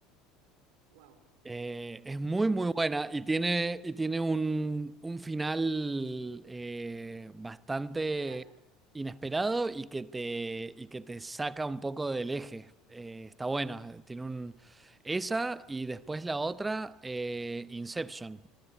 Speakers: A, on the right; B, on the right.
A: Wow,
B: Eh, es muy,
A: a mí
B: muy
A: también.
B: buena y tiene, y tiene un, un final eh, bastante
A: Inesperado.
B: inesperado y que te, y que te saca un poco del eje. Eh, está buena. Tiene un, esa y después la otra, eh, Inception,